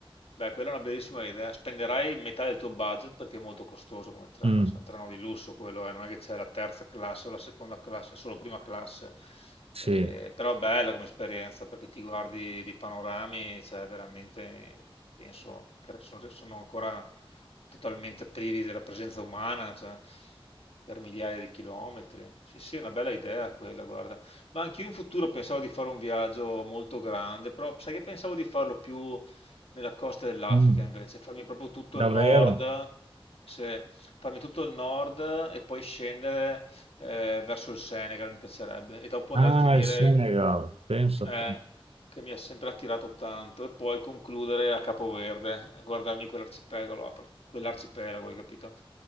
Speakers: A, on the left; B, on the right.
A: Beh, quella è una bellissima idea. Spenderai metà del tuo budget perché è molto costoso come treno,
B: Mm,
A: cioè un treno di lusso quello, eh, non è che c'è la terza classe o la seconda classe, è solo prima classe.
B: sì,
A: Eh, però bella come esperienza perché ti guardi di panorami, cioè veramente penso che sono, sono ancora totalmente privi della presenza umana, cioè, per migliaia di chilometri. Sì, sì, è una bella idea quella, guarda. Ma anch'io in futuro pensavo di fare un viaggio molto grande, però sai che pensavo di farlo più nella costa dell'Africa
B: Mm,
A: invece, farmi proprio tutto
B: davvero?
A: il nord, cioè farmi tutto il nord e poi scendere eh, verso il Senegal mi piacerebbe e dopo
B: Ah,
A: andare a finire
B: il Senegal, pensa a
A: eh,
B: te.
A: che mi ha sempre attirato tanto, e poi concludere a Capoverde, guardarmi quell'arcipelago, là, per- quell'arcipelago, hai capito?